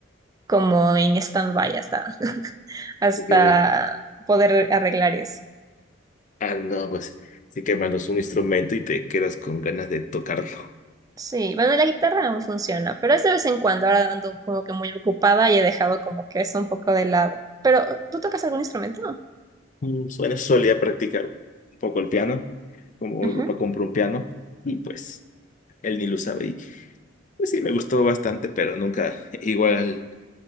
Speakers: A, on the right (about 20°); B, on the left (about 40°).
A: como en stand-by hasta, <laughs> hasta
B: quedo.
A: poder arreglar eso.
B: Ah, no, pues, sí que mandas un instrumento y te quedas con ganas de tocarlo.
A: Sí, bueno, la guitarra aún funciona, pero es de vez en cuando. Ahora ando como que muy ocupada y he dejado como que eso un poco de lado. Pero, ¿tú tocas algún instrumento?
B: Mm, Bueno, solía practicar un poco el piano, como
A: Ujú,
B: mi papá compró un piano y pues él ni lo sabe. Y pues sí, me gustó bastante, pero nunca igual,